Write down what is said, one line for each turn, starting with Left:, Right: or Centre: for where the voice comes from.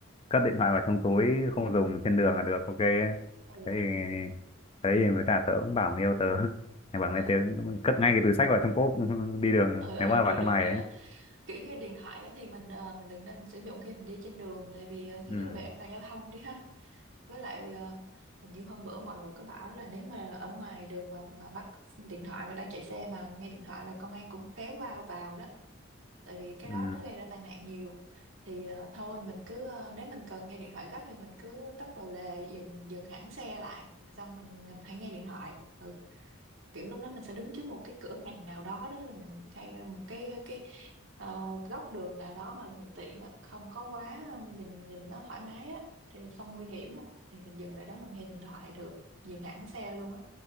Left: cất điện thoại vào trong túi không dùng trên đường là được ok
Right: ừ,
Left: thế thì thế thì với cả tớ cũng bảo người yêu tớ <laughs> thì bảo người
Right: ừ.
Left: tớ cất ngay cái túi xách vào trong cốp <laughs> đi đường
Right: ừ ừ
Left: nếu mà
Right: được
Left: vào
Right: được
Left: trong này
Right: được
Left: ấy
Right: á kiểu như điện thoại á, thì mình ờ, mình đừng nên sử dụng khi mình đi trên đường tại vì ờ, thứ
Left: ừ
Right: nhất là về an toàn giao thông đi ha với lại ờ, hình như hôm bữa mọi người có bảo là nếu mà ở ngoài đường mà mà bắt điện thoại mà đang chạy xe mà nghe điện thoại là công an cũng kéo vào vào đó tại vì cái đó
Left: ừ
Right: nó gây ra tai nạn nhiều thì ờ, thôi mình cứ ờ, nếu mình cần nghe điện thoại gấp thì mình cứ tấp vào lề dừng dừng hẳn xe lại xong mình hãy nghe điện thoại Ừ kiểu lúc đó mình sẽ đứng trước một cái cửa hàng nào đó đó rồi mình hay một cái cái ờ, góc đường nào đó mà thuận tiện á, không có quá nhìn nhìn nó thoải mái á thì không nguy hiểm á thì mình dừng lại đó mình nghe điện thoại được dừng hẳn xe luôn á